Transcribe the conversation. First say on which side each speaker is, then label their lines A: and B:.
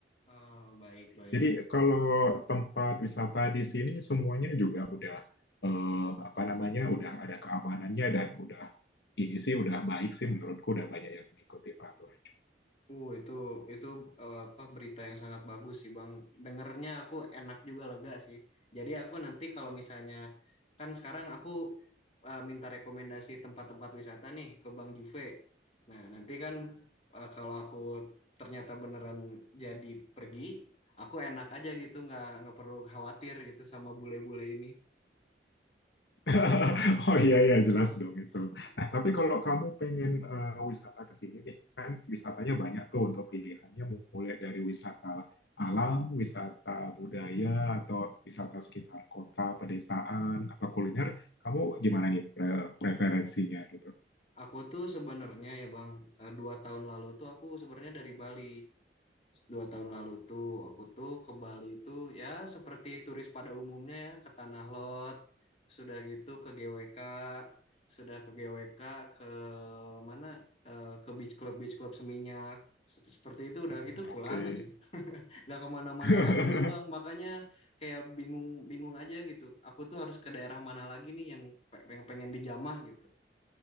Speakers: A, on the left (about 35°); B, on the left (about 65°).
A: Ah, baik, baik,
B: Jadi
A: baik.
B: kalau tempat wisata di sini semuanya juga udah eh, apa namanya udah ada keamanannya dan udah ini sih udah baik sih menurutku udah banyak yang mengikuti peraturan juga.
A: Uh, itu itu eh, apa berita yang sangat bagus sih, Bang. Dengernya aku enak juga lega sih. Jadi aku nanti kalau misalnya kan sekarang aku eh, minta rekomendasi tempat-tempat wisata nih ke Bang Juve. Nah, nanti kan eh, kalau aku ternyata beneran jadi pergi, aku enak aja gitu, nggak nggak perlu khawatir gitu sama bule-bule ini.
B: <laughs> Oh iya ya jelas
A: <laughs>
B: dong itu. Nah, tapi kalau kamu pengen eh, wisata ke sini nih, kan wisatanya banyak tuh untuk pilihannya mulai dari wisata alam, wisata budaya atau wisata sekitar kota, pedesaan, apa kuliner. Kamu gimana nih pre- preferensinya gitu?
A: Aku tuh sebenarnya ya Bang, eh, dua tahun lalu tuh aku sebenarnya dari Bali. Dua tahun lalu tuh aku tuh ke Bali tuh ya seperti turis pada umumnya ya ke Tanah Lot, sudah gitu ke GWK, sudah ke GWK ke mana eh, ke beach club beach club Seminyak. Sep- Seperti itu udah
B: Hmm,
A: gitu pulang
B: Oke.
A: aja, nggak kemana-mana
B: <laughs>
A: lagi nih Bang. Makanya kayak bingung bingung aja gitu. Aku tuh harus ke daerah mana lagi nih yang pe- yang pengen dijamah gitu.